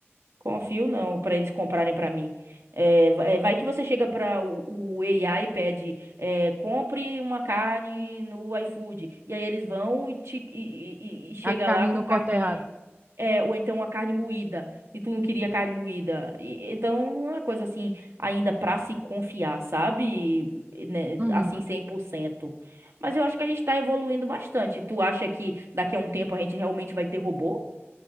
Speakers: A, on the right; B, on the right.
A: Confio não, para eles comprarem para mim. É, va- é, vai que você chega para o, o AI e pede, é, compre uma carne no iFood. E aí eles vão e, te, e, e- e- e chega
B: A carne
A: lá com
B: não
A: carne.
B: corta errado.
A: É, ou então uma carne moída. E tu não queria carne moída. E- então não é uma coisa assim, ainda para se confiar, sabe? E, né,
B: Uhum.
A: assim, cem por cento Mas eu acho que a gente tá evoluindo bastante. Tu acha que daqui a um tempo a gente realmente vai ter robô?